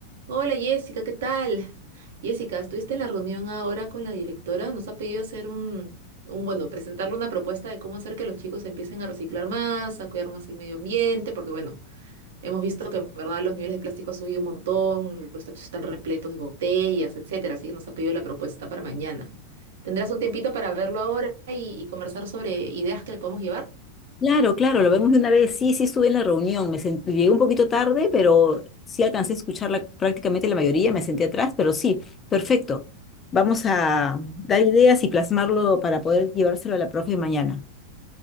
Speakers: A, on the right; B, on the left.
A: Hola Jessica, ¿qué tal? Jessica, estuviste en la reunión ahora con la directora. Nos ha pedido hacer un, un, bueno, presentarle una propuesta de cómo hacer que los chicos empiecen a reciclar más, a cuidar más el medio ambiente, porque bueno, hemos visto que en verdad los niveles de plástico han subido un montón, los tachos están repletos de botellas, etcétera. Así que nos ha pedido la propuesta para mañana. ¿Tendrás un tiempito para verlo ahora y, y conversar sobre ideas que le podemos llevar?
B: Claro, claro, lo vemos de una vez. Sí, sí estuve en la reunión. Me sent- Llegué un poquito tarde, pero sí alcancé a escuchar la- prácticamente la mayoría. Me senté atrás, pero sí, perfecto. Vamos a dar ideas y plasmarlo para poder llevárselo a la profe mañana.